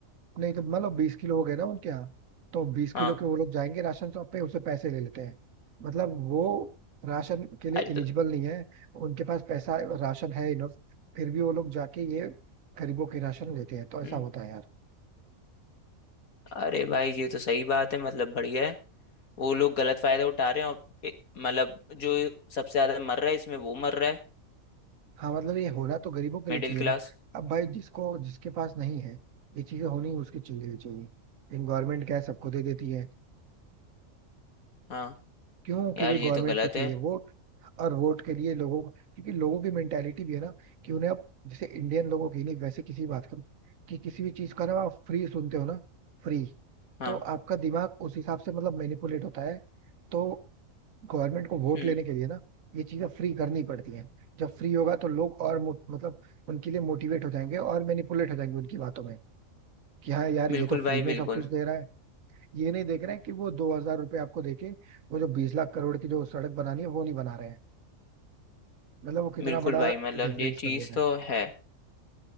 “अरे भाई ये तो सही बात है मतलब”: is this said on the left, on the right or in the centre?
Left